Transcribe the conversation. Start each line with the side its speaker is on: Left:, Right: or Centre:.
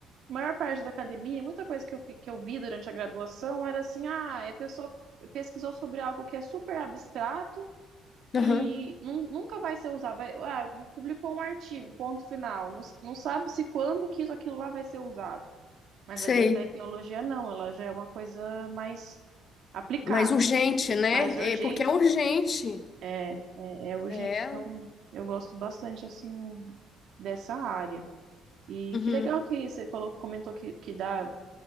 Right: maior parte da academia, muita coisa que eu, fi- que eu vi durante a graduação era assim: ah, a pessoa pesquisou sobre algo que é super abstrato
Left: Uhum.
Right: e nun- nunca vai ser usado. Vai, ah, publicou um artigo, ponto final. Não, s- não sabe se quando que isso, aquilo lá vai ser usado. Mas
Left: Sei.
Right: a biotecnologia não, ela já é uma coisa mais aplicada,
Left: Mas urgente,
Right: assim,
Left: né?
Right: mais urgente,
Left: É, porque é urgente.
Right: é, é, é urgente.
Left: É.
Right: Então, eu gosto bastante, assim, dessa área. E
Left: Uhum.
Right: que legal que você falou, comentou que, que dá,